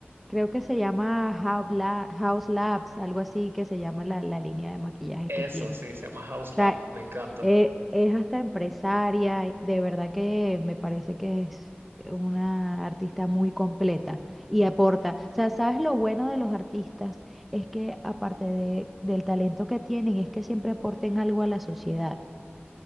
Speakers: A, in the centre; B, on the right.
A: creo que se llama House Lab- House Labs, algo así que se llama la, la línea de maquillaje
B: Eso
A: que tiene.
B: sí, se llama House
A: O sea,
B: Lab. Me encanta.
A: eh, es hasta empresaria, y de verdad que me parece que es una artista muy completa y aporta. O sea, ¿sabes lo bueno de los artistas? Es que aparte de- del talento que tienen, es que siempre aporten algo a la sociedad,